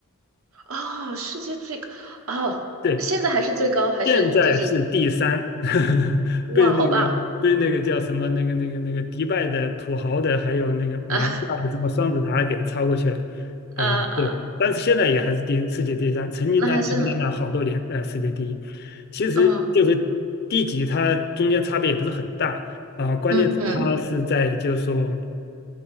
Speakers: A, on the right; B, on the left.
A: 哦，世界最高，哦，
B: 对。
A: 现在还是最高，还是就是
B: 现在是第三，<laughs>
A: 哇，
B: 被那个被那个叫什么那个那个那个迪拜的土豪的，
A: 好棒
B: 还有那个马来西亚的什么双子塔给超过去了，
A: 啊
B: 啊、
A: <laughs> 啊啊，
B: 对，但是现在也还是第世界第三，曾经呢蝉联了好多年呃世界第一，
A: 那还是很，
B: 其实就是第几它中间差别也不是很大啊、
A: 嗯
B: 关键是它是在就是说。
A: 嗯嗯